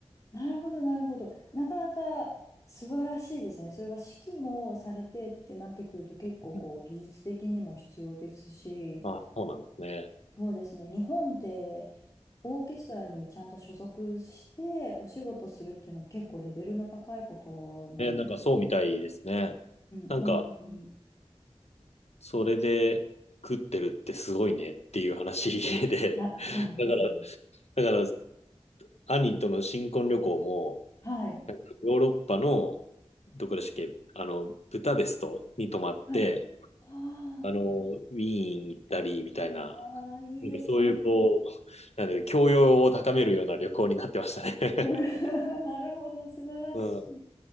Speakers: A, on the left; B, on the left.
A: なるほど、なるほど。なかなか素晴らしいですね。それは指揮もされてってなってくると結構こう技術的にも必要ですし、
B: うんあ、そうなんですね。
A: そうですね。日本でオーケストラにちゃんと所属してお仕事するっていうのも結構レベルの高いことなの。
B: え、なんかそうみたいですね。
A: うん、本当に。
B: なんか、
A: い
B: それで食ってるってすごいねっていう話で、
A: や、
B: <laughs>
A: 本当に。
B: だからだから、兄との新婚旅行も、
A: はい。
B: なんかヨーロッパの、どこでしたっけ、あの、ブダペストに泊まって、
A: はいあー
B: あの、ウィーン行ったり、みたいな、
A: あー、あいいですね。
B: なんかそういう、こう、なんで、教養を高めるような旅行になってましたね。
A: う
B: <laughs>
A: ん <laughs> なるほど、素晴らしい。
B: うん。
A: い